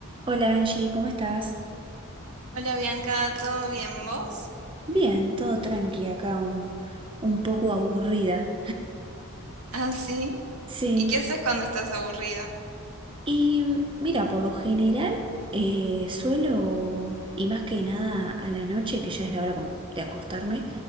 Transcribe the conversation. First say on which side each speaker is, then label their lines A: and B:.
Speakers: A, on the right; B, on the right.
A: Hola Angie, ¿cómo estás?
B: Hola Bianca, ¿todo bien vos?
A: Bien, todo tranqui acá, un, un poco aburrida.
B: Ah, sí.
A: Sí,
B: ¿Y qué haces cuando estás aburrida?
A: y mm, mira, por lo general eh, suelo, y más que nada a la noche, que ya es la hora como de acostarme,